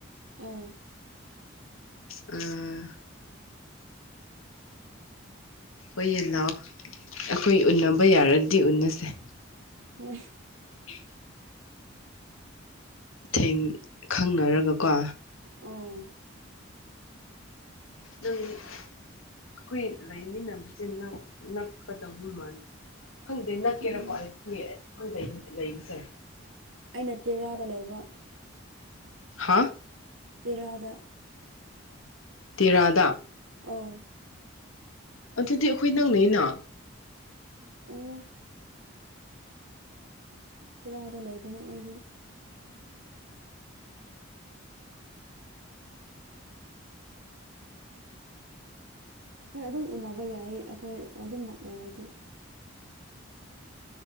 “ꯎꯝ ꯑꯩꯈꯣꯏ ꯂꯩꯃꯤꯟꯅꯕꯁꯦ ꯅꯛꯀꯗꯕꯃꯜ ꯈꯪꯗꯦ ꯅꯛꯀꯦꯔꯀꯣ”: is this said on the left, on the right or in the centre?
Left